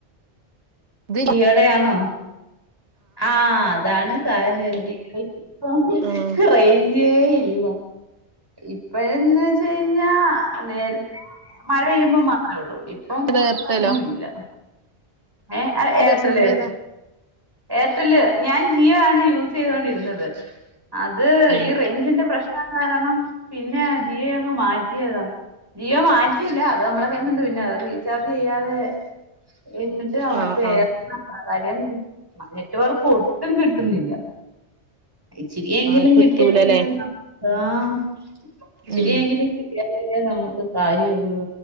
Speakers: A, on the right; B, on the right.
A: ഇത്
B: ജിയോടെയാണോ ആഹ് അതാണ് കാര്യം ഇപ്പം
A: ആഹ്
B: റേയ്‌ഞ്ചേ ഇല്ല ഇപ്പഴന്ന് വെച്ചയ്‌ഞ്ഞാ നേ മഴ പെയ്യുമ്പോ മാത്രേ ഒള്ളൂ ഇപ്പം
A: ഇങ്ങളേതാ
B: ഫുൾ
A: എയർടെലോ
B: ടൈമു ഇല്ല ഏഹ് ആഹ്
A: ഏതാ
B: ഏർട്ടല്ല്
A: സിം
B: ഏർട്ടല്ല്
A: ഏതാ
B: ഏർട്ടല്ല് ഞാൻ ജിയോ ആണ് യൂസയ്തൊണ്ടിരുന്നത് അത്
A: ഏഹ്
B: ഈ റേയ്‌ഞ്ചിന്റെ പ്രശ്നം കാരണം പിന്നെ ജിയോ അങ്ങ് മാറ്റിയതാ ജിയോ മാറ്റിയില്ല അത് അമ്മളെകയ്യില്ണ്ട് പിന്നെ അത് റീചാർജ് ചെയ്യാതെ <unintelligible> ഇപ്പ
A: ആഹ് ആഹ്
B: ഏർട്ടൽ ഉണ്ട് കാര്യം നെറ്റ് വർക്ക് ഒട്ടും കിട്ടുന്നില്ല ഇച്ചിരിയെങ്കിലും
A: ആഹ് കിട്ടൂലല്ലേ
B: കിട്ടിയാലല്ലെ നമുക്ക് ആഹ് ഇച്ചിരിയെങ്കിലും
A: ഉം
B: കി- ട്ടിയാലല്ലേ നമുക്ക് കാര്യം ഉള്ളൂ